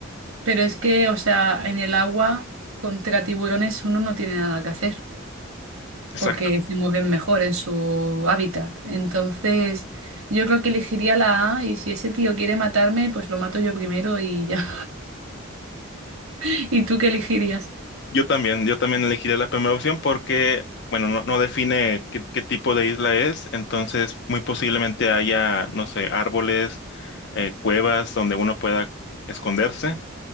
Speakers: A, on the right (about 80°); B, on the left (about 55°).
A: pero es que, o sea, en el agua contra tiburones uno no tiene nada que hacer.
B: Exacto.
A: porque se mueven mejor en su hábitat. Entonces, yo creo que elegiría la A y si ese tío quiere matarme, pues lo mato yo primero y ya. <laughs> ¿Y tú qué elegirías?
B: Yo también, yo también elegiría la primera opción porque, bueno, no, no define qué, qué tipo de isla es, entonces muy posiblemente haya, no sé, árboles, eh, cuevas donde uno pueda esconderse